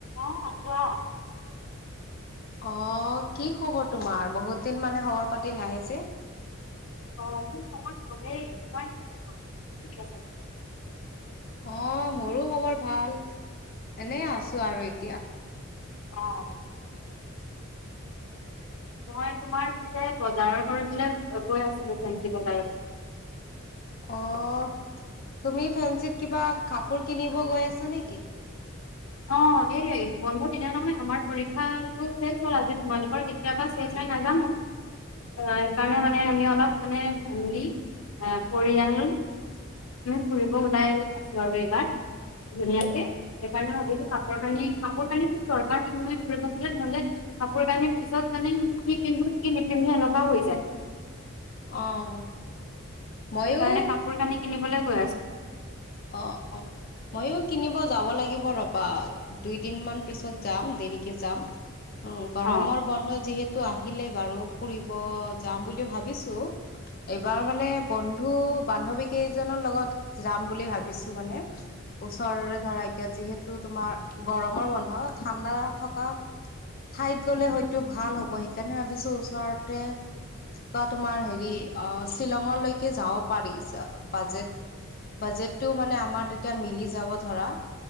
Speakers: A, on the left; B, on the left.
A: অ' কোৱা।
B: <inaudible> অহ' কি খবৰ তোমাৰ? বহুত দিন মানে খবৰ পাতি নাই যে
A: অ', মোৰ খবৰ ভালেই, তোমাৰ কি খবৰ? কি কৰি আছা তুমি?
B: অ', মোৰো খবৰ ভাল, এনে আছো আৰু এতিয়া।
A: অ'। মই তোমাৰ পিছে বজাৰৰ কৰি পেলাই গৈ আছিলো ফেঞ্চি বজাৰলৈ।
B: অ'। তুমি ফেঞ্চিত কিবা কাপোৰ কিনিব গৈ আছা নেকি?
A: অ', এই বন্ধ দিলে নহয় আমাৰ পৰীক্ষা টো শেষ হ'ল আজি তোমালোকৰ কেতিয়াবা শেষ হয় নাজনু <unintelligible> সেইকাৰণে মানে আমি অলপ মানে ফেমিলি পৰিয়াল
B: <inaudible>
A: <unintelligible> ফুৰিব ওলাই আছো আৰু এইবাৰ, ধুনীয়াকে সেইকাৰণে <unintelligible> কাপোৰ কানি, কাপোৰ কানিবোৰ দৰকাৰ হয় নহয় ফুৰিব গ'লে, নহ'লে কাপোৰ কানি পিছত মানে কি পিন্ধো কি নিপিন্ধো এনেকুৱা হৈ যায়।
B: অ'। ময়ো
A: সেইকাৰণে কাপোৰ কানি কিনিবলৈ গৈ আছো।
B: অ', অ', ময়ো কিনিব যাব লাগিব ৰবা, দুইদিন মান পিছত যাম। দেৰিকে যাম, গৰমৰ
A: অ
B: বন্ধ যিহেতু টো আহিলে বাৰু ফুৰিব যাম বুলি ভাবিছো। এইবাৰ মানে বন্ধু-বান্ধৱী কেইজনৰ লগত যাম বুলি ভাবিছো মানে। ওচৰৰে ধৰা এতিয়া যিহেতু তোমাৰ গৰমৰ বন্ধ, ঠাণ্ডা থকা ঠাইত গ'লে হয়তো ভাল হ'ব, সেইকাৰণে ভাবিছো ওচৰতে বা তোমাৰ হেৰি অ', শ্বিলঙলৈকে যাব পাৰি বাজেট বাজেতটো মানে আমাৰ তেতিয়া মিলি যাব ধৰা।